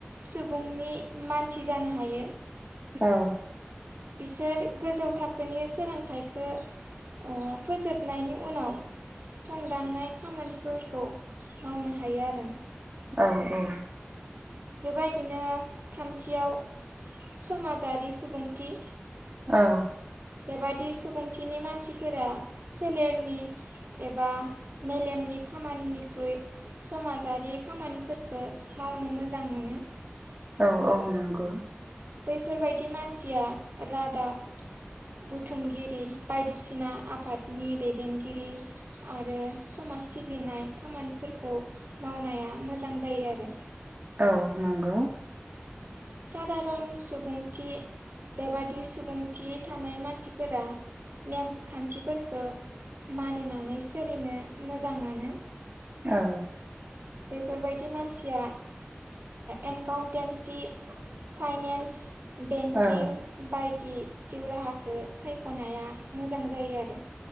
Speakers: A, on the right; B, on the right.
A: सुबुंनि मानसि जानो हायो।
B: औ
A: बिसोर गोजौ थाखोनि सोलोंथाइखो ओ फोजोबनायनि उनाव। संदाननाय खामानिफोरखौ मावनो हायो आरो।
B: औ औ
A: बे बायदिनो थामथियाव समाजारि सुबुंथि
B: औ
A: बे बादि सुबुंथिनि मानसिफोरा सोलेरनि एबा मेलेमनि खामानिनिख्रुय समाजारि खामानिफोरखौ मावनो मोजां मोनो
B: औ औ नंगौ।
A: बैफोरबायदि मानसिया रादाब बुथुमगिरि बायदिसिना आफादनि दैदेनगिरि आरो समाज सिबिनाय खामानिफोरखौ मावनाया मोजां जायो आरो।
B: औ नंगौ।
A: सधारन सुबुंथि बेबादि सुबुंथि थानाय मानसिफोरा नेम खान्थिफोरखौ मानिनानै सोलिनो मोजां मोनो
B: औ
A: बैफोरबायदि मानसिया एनकाउन्टेनसि फाइनेन्स बेंकिं
B: औ
A: बायदि जिउ राहाखौ सायख'नाया मोजां जायो आरो।